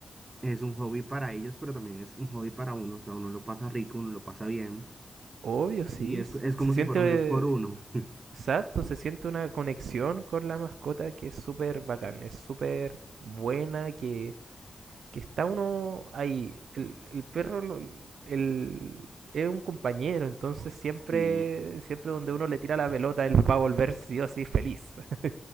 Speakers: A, on the right; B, on the right.
A: es un hobby para ellos, pero también es un hobby para uno. O sea, uno lo pasa rico, uno lo pasa bien
B: Obvio, sí,
A: y es,
B: se
A: es como
B: se siente
A: si fuera un dos por uno.
B: Exacto, se siente una conexión con la mascota que es súper bacán, es súper buena, que, que está uno ahí. El, el perro lo- el- es un compañero, entonces siempre,
A: Y
B: siempre donde uno le tira la pelota, él va a volver sí o sí feliz. <laughs>